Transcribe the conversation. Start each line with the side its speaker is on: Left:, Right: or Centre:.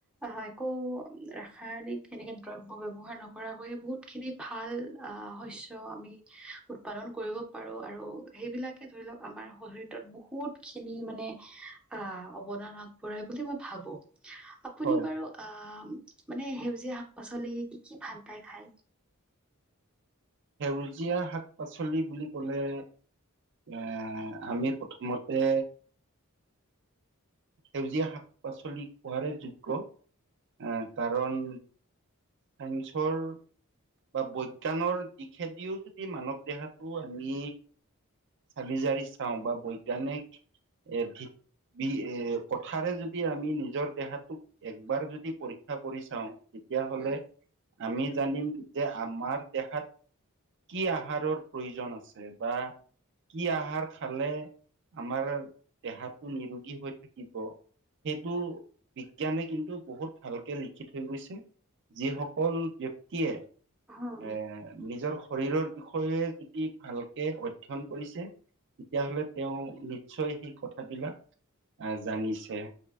Centre: হয় আকৌ ৰাসায়নিক এনেকে দ্ৰব্য ব্যৱহাৰ নকৰাকৈয়ে বহুত খিনি ভাল আহ শস্য শস্য আমি উৎপাদন কৰিব পাৰোঁ আৰু সেইবিলাকে ধৰি লওক আমাৰ শৰীৰত বহুত খিনি মানে আ অৱদান আগবঢ়াই বুলি মই ভাবো আপুনি
Right: হয়
Centre: বাৰু আহ মানে সেউজীয়া শাক পাচলি কি কি ভাল পায় খাই
Right: সেউজীয়া শাক পাচলি বুলি ক'লে এ আমি প্ৰথমতে সেউজীয়া শাক পাচলি কোৱাৰে যোগ্য আ কাৰণ সঞ্চাৰ বা বৈজ্ঞানৰ দিশেদিও যদি মানৱ দেহাটো আমি চালি জাৰি চাওঁ বা বৈজ্ঞানিক এ বি এ কথাৰে যদি আমি নিজৰ দেহাটোক একবাৰ যদি পৰীক্ষা কৰি চাওঁ তেতিয়াহ'লে
Centre: উম
Right: আমি জানিম যে আমাৰ দেহাত কি আহাৰৰ প্ৰয়োজন আছে বা কি আহাৰ খালে আমাৰ দেহাটো নিৰোগী হৈ থাকিব। সেইটো বিজ্ঞানে কিন্তু বহুত ভালকে লিখি থৈ গৈছে। যিসকল ব্যক্তিয়ে এ
Centre: হুম
Right: নিজৰ শৰীৰৰ বিষয়ে যদি ভালকে অধ্যয়ন কৰিছে তেতিয়াহ'লে তেওঁ নিশ্চয় সেই কথাবিলাক আহ জানিছে ছে